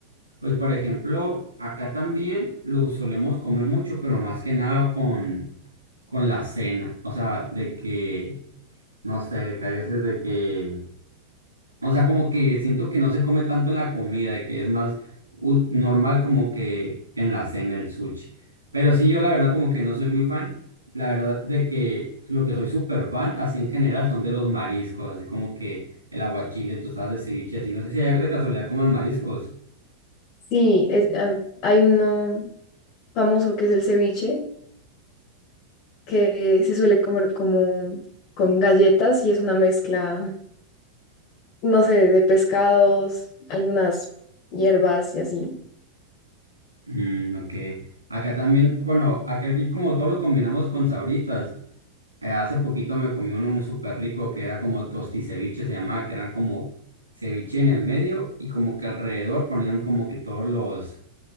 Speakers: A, on the right; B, on the left.
A: Pues por ejemplo, acá también lo solemos comer mucho, pero más que nada con, con la cena. O sea, de que, no sé, de que a veces de que O sea, como que siento que no se come tanto en la comida y que es más u- normal como que en la cena el sushi. Pero sí, yo la verdad como que no soy muy fan. La verdad de que lo que soy súper fan, así en general, son de los mariscos, así como que el aguachile, tostadas de ceviche, así. No sé si allá de casualidad comen mariscos.
B: Sí, es- ah, hay uno famoso que es el ceviche, que se suele comer como con galletas y es una mezcla, no sé, de pescados, algunas hierbas y así.
A: Mm, ok. Acá también, bueno, acá aquí como todo lo combinamos con sabritas. Eh, Hace poquito me comí uno muy súper rico que era como tosticeviche, se llamaba, que eran como ceviche en el medio y como que alrededor ponían como que todos los,